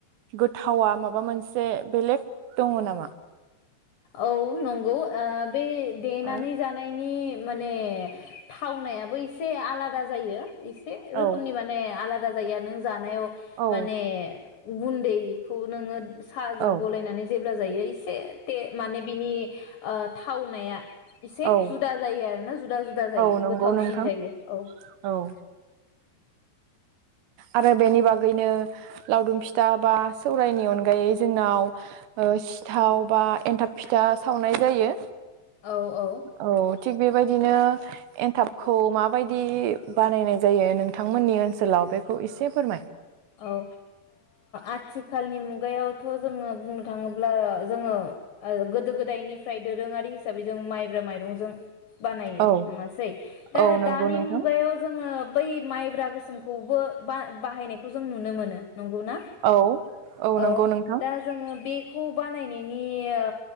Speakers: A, on the right; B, on the left.
A: गोथावा माबा मोनसे बेलेग दङ' नामा?
B: औ नंगौ ओ बे देनानै
A: औ
B: जानायनि माने थावनायाबो एसे आलादा जायो। एसे रोखोमनि
A: औ
B: माने आलादा जायो नों जा नायाव
A: औ
B: माने गुन्दैखौ नोङो साहजों
A: औ
B: गलायनानै जे ब्ला जायो एसे से माने बिनि ओ थावनाया एसे
A: औ
B: जुदा जायो आरो ना जुदा-जुदा जायो
A: औ नंगौ
B: गोथावसिन
A: नोंथां
B: जायो औ
A: औ आरो बेनि बागैनो लावदुम फिथा बा सौरायनि अनगायै जोंनाव सिथाव बा एन्थाब फिथा सावनाय जायो।
B: औ औ
A: औ थिग बेबायदिनो एनथाबखौ माबायदि बानायनाय जायो नोंथांमोननि ओनसोलाव बेखौ एसे फोरमाय?
B: औ ओ आथिखालनि मुगायावथ' जोङो बुंनो थाङोब्ला जोङो गोदो गोदायनिफ्राय दोरोङारि हिसाबै जों माइब्रा माइरंजों बानायो
A: औ
B: नङासै दा
A: औ नंगौ
B: दानि
A: नोंथां
B: मुगायाव जोङो बै माइब्रा गोसोम खौबो बा-बाहायनाय खौ जों नुनो मोनो। नंगौ ना
A: औ
B: औ
A: नंगौ नोंथां
B: दा जोङो बे खौ बानायनायनि ओ